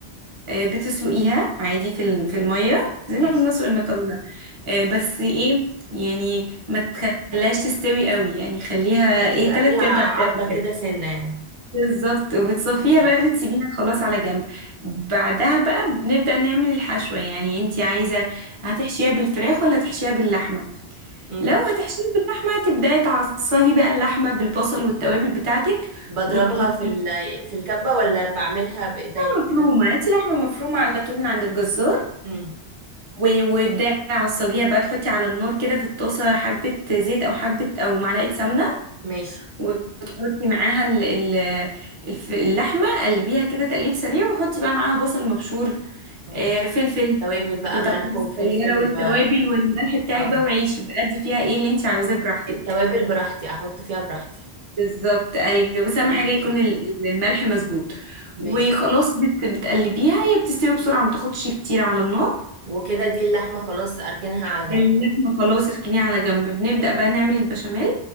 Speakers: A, on the right; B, on the right.
A: آه، بتسلقيها عادي في ال- في المية زي
B: ماشي
A: ما بنسلق المكرونة آه،
B: طب
A: بس ايه يعني ما تخليهاش تستوي قوي يعني خليها
B: ماشي
A: ايه
B: يبقى
A: تلات
B: فيها
A: ارباع
B: عضة
A: سوا
B: كده
A: كده
B: سنة يعني
A: بالظبط وبتصفيها
B: ماشي
A: بقى بتسيبيها خلاص على جنب بعدها بقى بنبدأ نعمل الحشوة يعني انتي عايزة هتحشيها بالفراخ ولا تحشيها باللحمة
B: امم
A: لو هتحشيه باللحمة تبدأي تعصجي بقى اللحمة بالبصل والتوابل بتاعتك
B: بضربها
A: وت... وت...
B: في ال... في الكبة ولا بعملها بايديا
A: مفرومة
B: كده
A: هاتي لحمة مفرومة على طول من عند الجزار
B: امم
A: و- وابدأي عصجيها بقى تحطي على النار كده في الطاسة حبة زيت أو حبة أو معلقة سمنة
B: ماشي
A: وتحطي معاها ال... ال... الف- اللحمة قلبيها كده تقليب سريع وحطي بقى معاها بصل مبشور
B: اه
A: آه، فلفل
B: توابل بقى
A: قطع
B: ملح
A: كده
B: وفلفل
A: صغيرة والتوابل
B: و
A: والملح بتاعك
B: او
A: بقى وعيشي بقى ادي فيها ايه اللي انت عاوزاه براحتك
B: التوابل براحتي احط فيها براحتي
A: بالظبط ايوه بس اهم
B: تمام
A: حاجه يكون
B: ماشي
A: ال- ال- الملح مظبوط
B: ماشي
A: وخلاص بت بتقلبيها هي بتستوي بسرعه ما تاخدش كتير على النار
B: وكده دي اللحمة خلاص اركنها على جنب
A: اللحمه خلاص اركنيها على جنب بنبدا بقى نعمل البشاميل